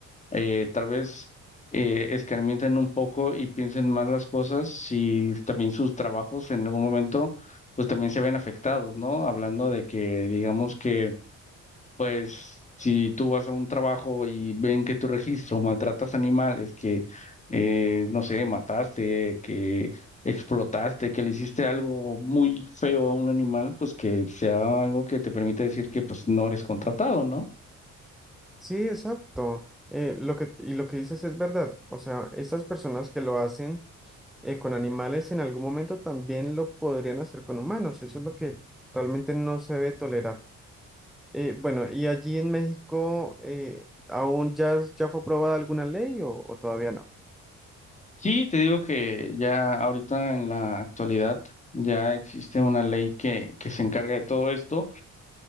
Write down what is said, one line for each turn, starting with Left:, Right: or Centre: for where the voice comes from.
Left: eh, tal vez eh, escarmienten un poco y piensen más las cosas si también sus trabajos en algún momento pues también se ven afectados, ¿no? Hablando de que digamos que pues si tú vas a un trabajo y ven que tu registro maltratas animales, que eh, no sé, mataste, que explotaste, que le hiciste algo muy feo a un animal, pues que sea algo que te permita decir que pues no eres contratado, ¿no?
Centre: Sí, exacto. Eh, lo que, y lo que dices es verdad. O sea, estas personas que lo hacen eh, con animales en algún momento también lo podrían hacer con humanos. Eso es lo que realmente no se debe tolerar. Eh, bueno, ¿y allí en México eh, aún ya, ya fue aprobada alguna ley o o todavía no?
Left: Sí, te digo que ya ahorita en la actualidad ya existe una ley que, que se encarga de todo esto.